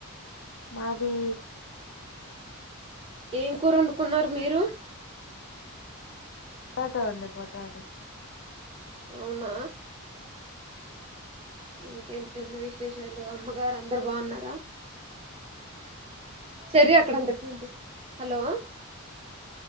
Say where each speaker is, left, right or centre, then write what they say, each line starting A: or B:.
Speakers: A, on the left; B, on the right.
A: మాది
B: ఏం కూరోన్డుకున్నారు మీరు
A: పొటాటా అండి పొటాటో
B: అవునా ఇంకెంతెంది విశేషాలు అమ్మగారు అందరు బాగున్నారా సరే అక్కడ అంత క్లీన్ చేయ్ హలో